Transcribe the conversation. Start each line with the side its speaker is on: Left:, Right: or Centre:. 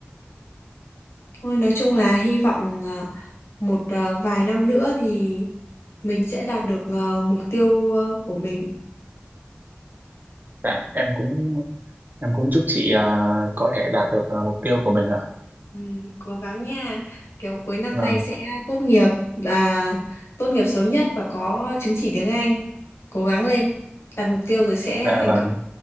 Left: Thôi nói chung là hy vọng à, một à, vài năm nữa thì mình sẽ đạt được à, mục tiêu à, của mình.
Right: Dạ em cũng em cũng chúc chị ờ, có thể đạt được ờ, mục tiêu của mình ạ.
Left: Ừ, cố gắng nha kiểu cuối năm
Right: Vâng
Left: nay sẽ tốt nghiệp là tốt nghiệp sớm nhất và có chứng chỉ tiếng Anh cố gắng lên đặt mục tiêu rồi sẽ
Right: dạ
Left: thành
Right: vâng.